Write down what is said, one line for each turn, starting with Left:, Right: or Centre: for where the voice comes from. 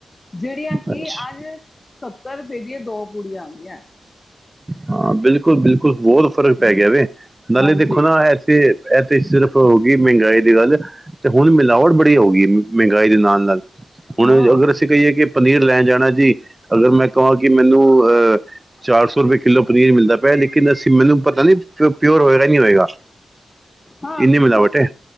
Left: ਜਿਹੜੀਆਂ ਕਿ
Right: ਅੱਛਾ
Left: ਅੱਜ ਸੱਤਰ ਰੁਪਏ ਦੀਆਂ ਦੋ ਪੂੜੀਆਂ ਆਉਂਦੀਆਂ ਹੈ।
Right: ਹਾਂ ਬਿਲਕੁਲ ਬਿਲਕੁਲ। ਬਹੁਤ ਫ਼ਰਕ ਪੈ
Left: ਹੂੰ
Right: ਗਿਆ ਵੇ ਨਾਲੇ
Left: ਹਾਂਜੀ
Right: ਦੇਖੋ ਨਾ ਇਥੇ ਇਥੇ ਸਿਰਫ। ਇਹ ਮਹਿੰਗਾਈ ਦੀ ਗੱਲ ਤੇ ਹੁਣ ਮਿਲਾਵਟ ਬੜੀ ਹੋ ਗਈ ਹੈ। ਮਹਿੰਗਾਈ ਦੇ ਨਾਲ ਨਾਲ ਹੁਣ
Left: ਹਾਂ
Right: ਅਗਰ ਅਸੀਂ ਕਹੀਏ ਕਿ ਪਨੀਰ ਲੈਣ ਜਾਣਾ ਜੀ ਅਗਰ ਮੈਂ ਕਹਾਂ ਕਿ। ਮੈਨੂੰ ਅਹ ਚਾਰ ਸੌ ਰੁਪਏ ਕਿੱਲੋ ਪਨੀਰ ਮਿਲਦਾ ਪਿਆ ਹੈ। ਲੇਕਿਨ ਅਸੀਂ ਮੈਨੂੰ ਪਤਾ ਨੀ। ਉਹ ਪਿਓਰ ਹੋਏਗਾ ਨਹੀਂ ਹੋਏਗਾ।
Left: ਹਾਂ
Right: ਇੰਨੀ ਮਿਲਾਵਟ
Left: ਹੁਣ
Right: ਹੈ